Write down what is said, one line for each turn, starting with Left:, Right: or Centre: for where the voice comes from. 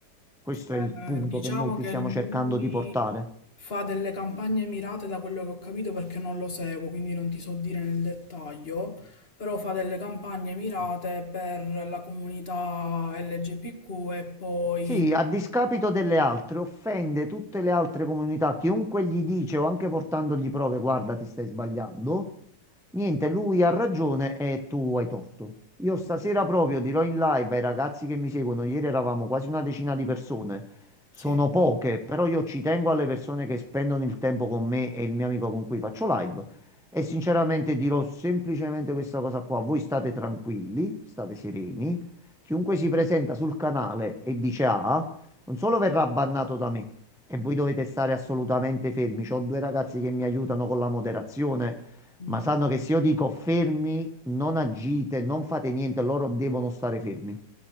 Centre: Questo
Left: eh,
Centre: è il punto
Left: diciamo
Centre: che molti
Left: che
Centre: stiamo
Left: lui
Centre: cercando di portare.
Left: fa delle campagne mirate da quello che ho capito perché non lo seguo, quindi non ti so dire nel dettaglio, però fa delle campagne mirate per la comunità LGBTQ e poi...
Centre: Sì, a discapito delle altre, offende tutte le altre comunità. Chiunque gli dice o anche portandogli prove, guarda, ti stai sbagliando. Niente, lui ha ragione e tu hai torto. Io stasera proprio dirò in live ai ragazzi che mi seguono, ieri eravamo quasi una decina di persone. Sono
Left: Sì.
Centre: poche, però io ci tengo alle persone che spendono il tempo con me e il mio amico con cui faccio live. E sinceramente dirò semplicemente questa cosa qua. Voi state tranquilli, state sereni. Chiunque si presenta sul canale e dice A, non solo verrà bannato da me, e voi dovete stare assolutamente fermi. C'ho due ragazzi che mi aiutano con la moderazione,
Left: Mm.
Centre: ma sanno che se io dico fermi, non agite, non fate niente, loro devono stare fermi,